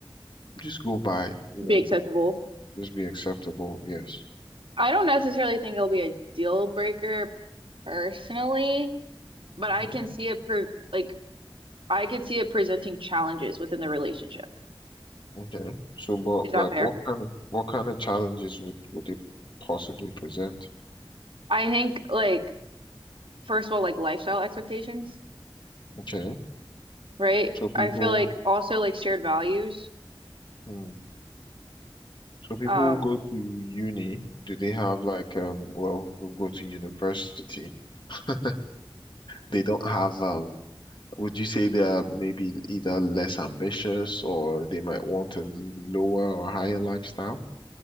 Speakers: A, on the left; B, on the right.
A: just go by, you
B: Be
A: know,
B: acceptable.
A: just be acceptable? Yes.
B: I don't necessarily think it'll be a deal breaker personally, but
A: hmm
B: I can see it per like I could see it presenting challenges within the relationship.
A: Okay. So, but
B: Is that
A: like,
B: fair?
A: what kind of what kind of challenges would would it possibly present?
B: I think like first of all, like lifestyle expectations.
A: Okay.
B: right?
A: So people,
B: I feel like also like shared values.
A: hmm. So people
B: Um,
A: who go to uni. Do they have like um? Well, who go to university. <laughs> They don't have um. Would you say they are maybe either less ambitious or they might want a lower or higher lifestyle?